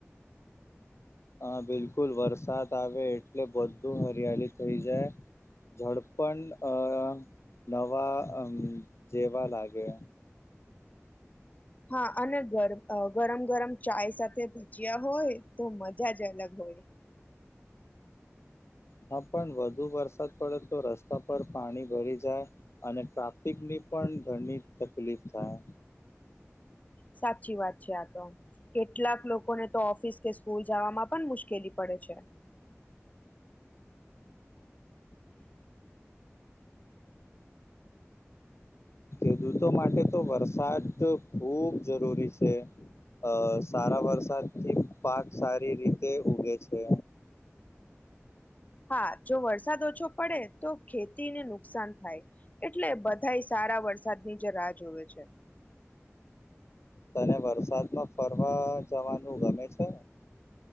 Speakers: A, on the left; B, on the left.
A: હા બિલકુલ વરસાદ આવે એટલે બધું હરિયાળી થઇ જાય. ઝાડ પણ અ નવા જેવા લાગે.
B: હા અને ગર ગરમ ગરમ ચાય સાથે ભજીયા હોય તો મજ જાજ અલગ હોય.
A: હા પણ વધુ વરસાદ પડે તો રસ્તા પર પાણી ભરી જાય. અને ટ્રાફિકની પણ ઘણી તકલીફ થાય.
B: સાચી વાત છે આતો. કેટલાક લોકોને તો ઓફિસ કે સ્કૂલ જવામાં પણ મુશ્કેલી પડે છે.
A: ખેડૂતો માટે તો વરસાદ ખૂબ જરૂરી છે. અ સારા વરસાદ થી પાક સારી રીતે ઉગે છે
B: હા જો વરસાદ ઓછો પડે તો ખેતીને નુકસાન થાય એટલે બધા સારા વરસાદની જે રાહ જોવે છે
A: તને વરસાદમાં ફરવા જવાનું ગમે છે